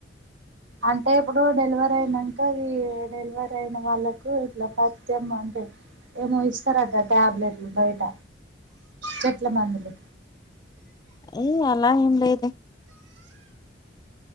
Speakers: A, on the right; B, on the left.
A: అంటే ఇప్పుడు డెలివరీ అయినాక ఈ డెలివరీ అయిన వాళ్ళలకు ఇట్లా పత్యం అంటే ఏమో ఇస్తారట టాబ్లెట్లు బయట చెట్ల మందులు,
B: ఎ అలా ఏం లేదు.